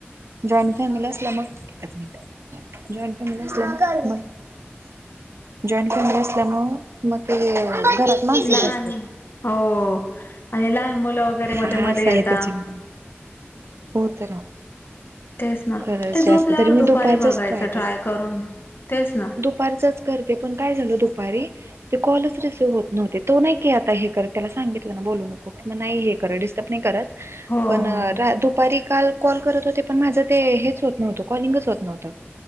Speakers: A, on the right; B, on the left.
A: जॉईंट फॅमिली असला मग एच मिनिट जॉईंट फॅमिली अस मग म जॉईंट फॅमिली असल्यामुळे मग ते घरात मासेत.
B: लहान हो आणि लहान मुलं वगैरे
A: हा
B: मध्ये मध्ये
A: असं आहे
B: येतात.
A: त्याच्यामुळे हो तररा
B: तेच ना
A: खरंच
B: ते झोपल्यावर
A: जास्त तरी मी
B: दुपारी
A: दुपारचच
B: बघायचं
A: ट्राय करते
B: करून तेच ना
A: दुपारचच. पण का दुपारी कॉलचसवत न्ह तो नाही काय आता परत त्याला सांगितलं. बोलू नको कि नाही हे कर डिस्टर्ब नाही करत.
B: हो
A: पण
B: हो
A: दुपारी काल कॉल करत होते पण माझा ते हेच होत नव्हतं कॉलिंगच होत नव्हतं.